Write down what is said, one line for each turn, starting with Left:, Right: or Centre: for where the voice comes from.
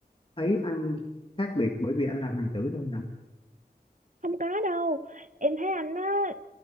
Left: thấy anh khác biệt bởi vì anh làm hoàng tử thôi nè
Right: không có đâu em thấy anh á